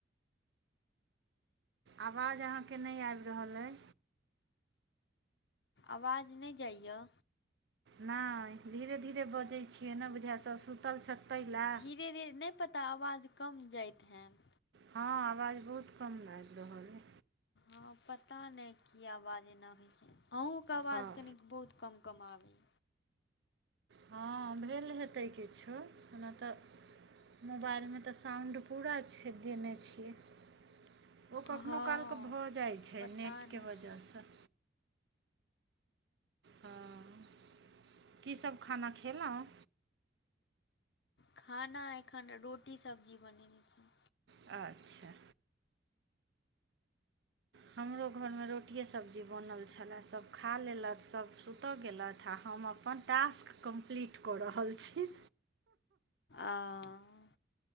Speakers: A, on the right; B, on the left.
A: आवाज अहाँके नहि आबि रहल अइ।
B: आवाज नै जाइयऽ?
A: नहि, धीरे धीरे बजै छियै न, बुझाइ यऽ सभ सुतल छैत तैलऽ?
B: धीरे धीरे, नहि पता आवाज कम जाइत हैत।
A: हँ, आवाज बहुत कम आबि रहल अइ।
B: हँ, पता नहि कीया आवाज एना होइ छै? आहूँके आवाज
A: हँ
B: कनी बहुत कम कम आबैय।
A: हँ, भेल हेतै किछो ओना तऽ मोबाइलमे तऽ साउण्ड पूरा छै, देने छियै। ओ कखनो
B: हँ
A: काल क भऽ जाइ छै
B: पता
A: नेटके
B: नहि
A: वजहसँ। हँ, की सब खाना खेलौं?
B: खाना एखन रोटी सब्जी बनेने छै।
A: अच्छा। हमरो घर मे रोटिए सब्जी बनल छलए सभ खा लेलथि सभ सुतऽ गेलथि, आ हम अपन टास्क कम्प्लीट कऽ रहल छी।
B: आऽ,